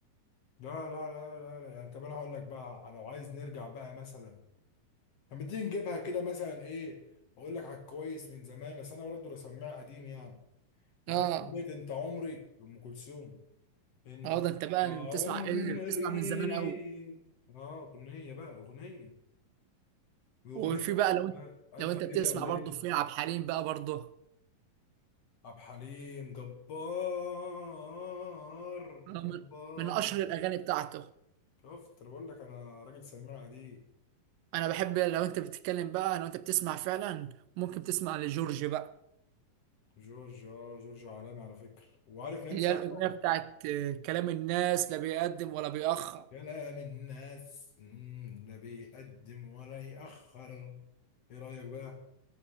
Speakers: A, on the left; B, on the right.
A: لا لا لا لا, لا. يعني طب انا هقول لك بقى لو عايز نرجع بقى مثلا طب ما تيجي نجيبها كده مثلا ايه اقول لك على الكويس من زمان بس انا برضو بسمع قديم يعني عارف
B: اه
A: اغنيه انت عمري لام كلثوم إن
B: اه ده انت بقى
A: عمري
B: بتسمع ايه بتسمع من زمان قوي
A: آه أغنية بقى أغنية وأغنية
B: وفي بقى لو انت
A: آه، ألف
B: لو انت
A: ليلة
B: بتسمع
A: وليلة
B: برضه في عبد الحليم بقى برضه
A: عبد الحليم جبار
B: آه،
A: جبار
B: من من اشهر الاغاني بتاعته
A: شفت أنا بقول لك أنا راجل سماع دي
B: انا بحب لو انت بتتكلم بقى لو انت بتسمع فعلا ممكن تسمع لجورج بقى
A: جورج آه جورج عالمي على فكرة وعارف نانسي
B: اللي هي
A: عجرم
B: الاغنيه بتاعت آه، كلام الناس لا بيقدم ولا بيأخر
A: كلام الناس مم، لا بيقدم ولا يأخر إيه رأيك بقى؟